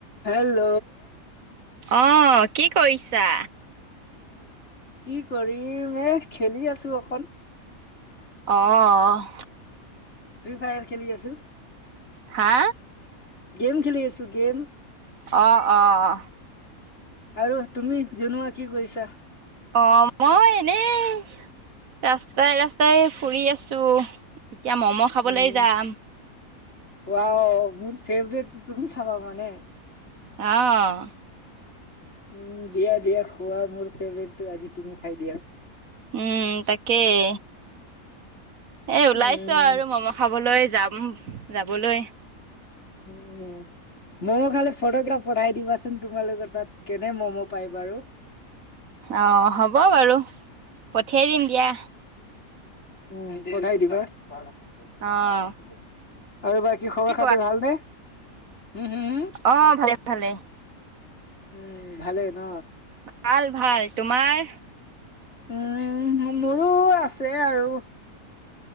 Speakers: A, on the left; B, on the right.
A: Hello!
B: অঁ কি কৰিছা?
A: কি কৰিম, এ খেলি আছো অকন।
B: অ',
A: ফ্ৰী ফায়াৰ খেলি আছো।
B: হা?
A: গেম খেলি আছোঁ, গেম।
B: অ' অহ।
A: আৰু তুমি জনোৱা, কি কৰিছাঁ?
B: অ', মই এনেই। ৰাস্তাই ৰাস্তাই ফুৰি আছোঁ, এতিয়া মম খাবলৈ
A: উম্,
B: যাম।
A: ৱাও মোৰ ফেভাৰেট, তুমি খাবা মানে।
B: অঁ।
A: উম্, দিয়া দিয়া খোৱা, মোৰ ফেভাৰেটো আজি তুমি খায় দিয়া।
B: উম্, তাকেই। এ ওলাইছোঁ
A: উম
B: আৰু মম খাবলৈ যাম, যাবলৈ।
A: উম। ম'ম' খালে ফটোকেইটা পঠাই দিবাচোন! তোমালোকৰ তাত কেনে ম'ম' পায় বাৰু।
B: অঁ হ'ব বাৰু, পঠিয়াই দিম দিয়া।
A: উম পঠাই দিবা। আৰু
B: অ',
A: বাকী খবৰ
B: কি
A: খাতি ভালনে? হম্, হম্, হম?
B: অঁ ভালে ভালে।
A: উম ভালেই ন?
B: ভাল ভাল, তোমাৰ?
A: উম্, মোৰো আছে আৰু।